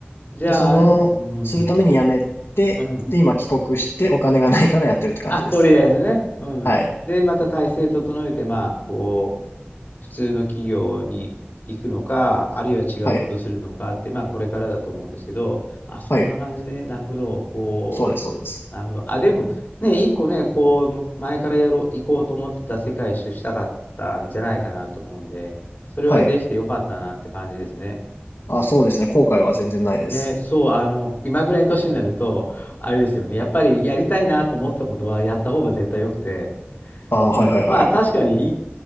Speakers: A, on the left; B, on the left.
A: じゃあ、
B: で、その、
A: ある、うん、
B: するために辞めて、
A: うん、うん。
B: で、今帰国してお金がないからやってるって感じです。
A: あ、とりあえずね。うん。
B: はい。
A: で、また体制整えて、まあ、こう、普通の企業に行くのか、あるいは違うことするのかって、
B: はい。
A: まあ、これからだと思うんですけど、あ、そんな感じで、
B: はい。
A: なるほど、こう、
B: そうです、そうです。
A: なるほど。あ、でも、ね、一個ね、こう、む前からやろう、行こうと思ってた世界一周したかったんじゃないかなと思うんで、それはできてよかったなって感じですね。
B: はい。あ、そうですね。後悔は全然ないです。
A: ね、そう、あの、今ぐらいの年になると、あれですよね、やっぱりやりたいなと思ってたことは、やった方が絶対良くて、
B: あ、はい、
A: うん、
B: はい、はい。
A: まあ確かにい